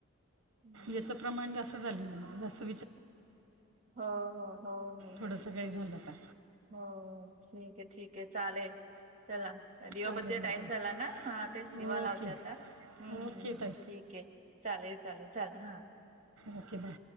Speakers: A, on the right; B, on the right.
A: हम्म
B: याच प्रमाण जास्त झालेलं जंच
A: हा हा हो म्हला
B: थोडंसं काही झालं का
A: हा ठीक आहे ठीक आहे चालेल चला दिवापतीचा
B: चालेल
A: टाइम
B: मग ताई
A: ला ना हा ते दिवा लावते
B: ओके
A: आता हम्म हम्म
B: ओके
A: हम्म
B: ताई
A: ठीक आहे चालेल चालेल चाले हा
B: ओके बाय